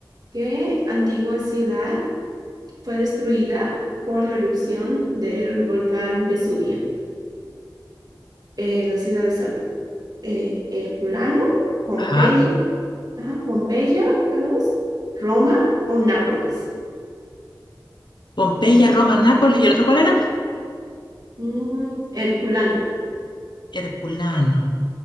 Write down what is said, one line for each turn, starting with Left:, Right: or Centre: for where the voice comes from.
Right: ¿qué antigua ciudad fue destruida por la erupción del volcán Vesubio? Eh, las ciudades son eh, Herculano, Pompeya,
Left: Ajá.
Right: ajá, Pompeya, la dos, Roma o Nápoles.
Left: Pompeya, Roma, Nápoles y el otro, ¿cuál era?
Right: Mm, Herculano,
Left: Herculano.